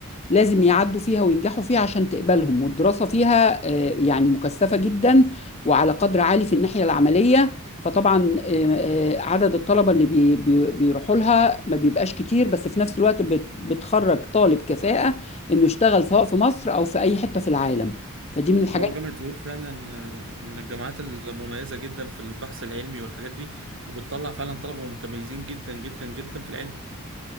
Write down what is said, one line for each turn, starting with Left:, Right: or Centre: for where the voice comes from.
Left: لازم يعدوا فيها وينجحوا فيها عشان تقبلهم والدراسة فيها آه، يعني مكثفة جدا وعلى قدر عالي في الناحية العملية فطبعا آه، آه، عدد الطلبة اللي بي- بي- بيروحوا لها ما بيبقاش كتير بس في نفس الوقت بت- بتخرج طالب كفاءة إنه يشتغل سواء في مصر أو في أي حتة في العالم فدي من الحاجات
Right: لا وجامعة زويل فعلا آه، من الجامعات المميزة جدا في البحث العلمي والحاجات دي وبتطلع فعلا طلبة متميزين جدا جدا جدا في العلم